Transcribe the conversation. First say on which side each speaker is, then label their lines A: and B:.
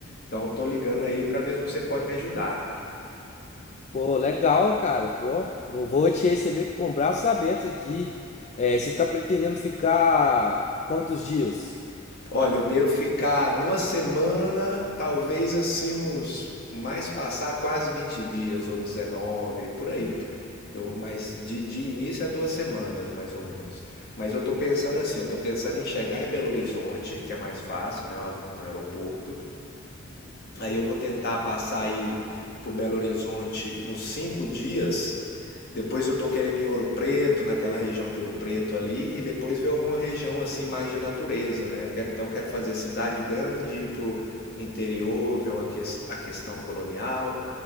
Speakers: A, on the left; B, on the left.
A: Então, eu tô ligando aí pra ver se você pode me ajudar.
B: Pô, legal, cara. Pô, eu vou te receber com braços abertos aqui. É, você tá pretendendo ficar quantos dias?
A: Olha, eu devo ficar uma semana, talvez assim uns mais passar quase 20 dias ou 19 por aí. Eu, mas de, de início é duas semanas, mais ou menos. Mas eu tô pensando assim, eu tô pensando em chegar em Belo Horizonte, que é mais fácil, né, no aeroporto. Aí eu vou tentar passar aí por Belo Horizonte uns cinco dias depois eu tô querendo ir em Ouro Preto, naquela região de Ouro Preto ali, e depois ver alguma região assim mais de natureza, né? Eu quero, então quero fazer cidade grande, ir pro interior, ver uma ques- a questão colonial,